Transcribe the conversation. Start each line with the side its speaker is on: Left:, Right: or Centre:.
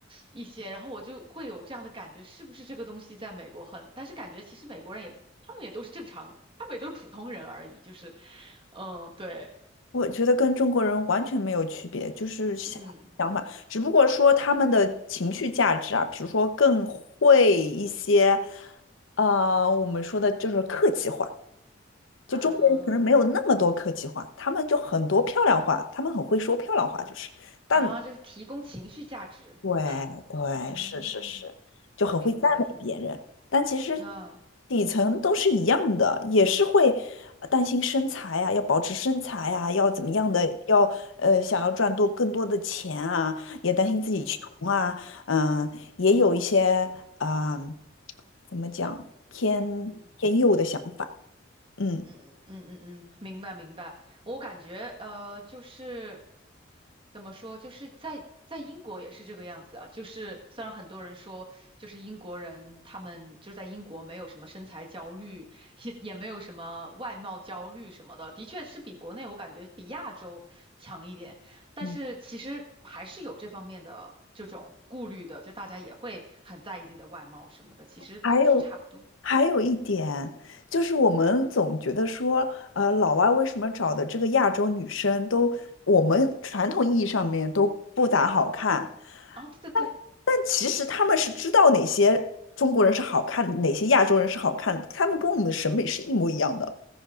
Right: 一些，然后我就会有这样的感觉，是不是这个东西在美国很？但是感觉其实美国人也，他们也都是正常，他们也都是普通人而已，就是，嗯，对，
Left: 我觉得跟中国人完全没有区别，就是想想法，
Right: 嗯
Left: 只不过说他们的情绪价值啊，比如说更会一些，呃，我们说的就是客气话，就中国人可能没有那么多客气话，
Right: 啊
Left: 他们就很多漂亮话，他们很会说漂亮话，就是，但
Right: 啊，就是提供情绪价值，
Left: 对对，
Right: 嗯，
Left: 是是是，就很会赞美别人，
Right: 明白，
Left: 但其实
Right: 啊，
Left: 底层都是一样的，也是会呃担心身材呀、要保持身材呀、要怎么样的，
Right: 嗯
Left: 要呃想要赚多更多的钱啊，也担心自己穷啊，
Right: 嗯
Left: 嗯、也有一些嗯呃怎么讲偏偏右的想法，
Right: 嗯。
Left: 嗯
Right: 嗯嗯嗯嗯，明白明白。我感觉呃，就是怎么说，就是在在英国也是这个样子啊。就是虽然很多人说，就是英国人他们就在英国没有什么身材焦虑，也也没有什么外貌焦虑什么的，的确是比国内我感觉比亚洲强一点。但是其实还是有这方面的这种顾虑的，
Left: 嗯
Right: 就大家也会很在意自己的外貌什么的，其实都是差不多。
Left: 还有，还有一点，就是我们总觉得说，呃，老外为什么找的这个亚洲女生都，我们传统意义上面都不咋好看，
Right: 哦，对对对。
Left: 但但其实他们是知道哪些中国人是好看，哪些亚洲人是好看的，他们跟我们的审美是一模一样的。